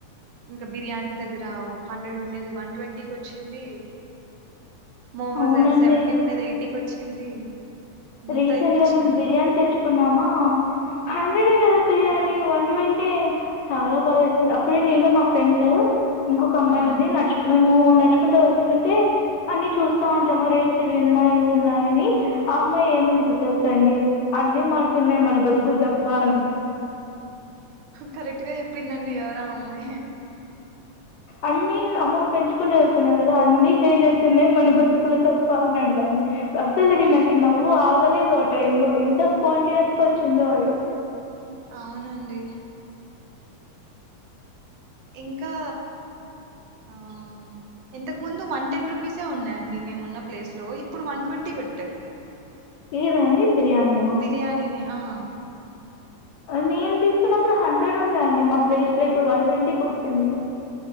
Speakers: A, on the right (about 75°); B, on the left (about 75°).
A: ఇంకా బిర్యానీ దగ్గర హండ్రెడ్ ఉండేది వన్ ట్వంటీకి వచ్చింది మోమోస్
B: అవునండి
A: దగ్గర సెవెంటీ ఉండేది ఎయిటీకి వచ్ వచ్చింది అంతా
B: రీసెంట్
A: ఎక్కించినారండి
B: గా మేము బిర్యానీ తెచ్చుకున్నామా హండ్రెడ్ ఏ కదా బిర్యానీ వన్ వన్ ట్వంటీ చాలా బాగా చేసింది అప్పుడే నేను మా ఫ్రెండ్ ఇంకొక అమ్మాయి
A: ఉమ్
B: ఉంది నచ్చు మేము నడుచ్చుకుంటే వస్తుంటే అన్ని చూస్తా ఉంటామా రేట్ సి ఇవి ఉన్నాయి ఇవి ఉన్నాయని అమ్మాయి ఏమని తె తెలుస అండి అన్ని మారుతున్నాయి మన బతు కులు తప్ప అనీ
A: కరెక్ట్గా చెప్పిందండి ఎవరా అమ్మాయి
B: అన్ని అమౌంట్ పెంచుకుంటూ వెళ్తున్నారు కదా అన్ని చేంజ్ అవుతున్నాయి మన బ్రతుకులు తప్ప అని అండడి అసలకి
A: ఆ
B: నాకి నవ్వు ఆ అగలేదు ఆ టైమ్ లో ఎంత స్పొటానియస్ గా వచ్చిందో అది
A: అవునండి ఇంకా ఆ ఇంతకు ముందు వన్ టెన్ రూపీసే ఉన్నాయండి మేము ఉన్న ప్లేస్ లో ఇప్పుడు వన్ ట్వంటీ పెట్టారు
B: ఇదా అండి బిర్యానీ యా
A: బిర్యానీని ఆ
B: నేన్ తీసుకున్నప్పుడు హండ్రెడ్ ఉన్నాయండి మా ప్లేస్ లో ఇప్పుడు వన్ ట్వంటీకి వచ్చింది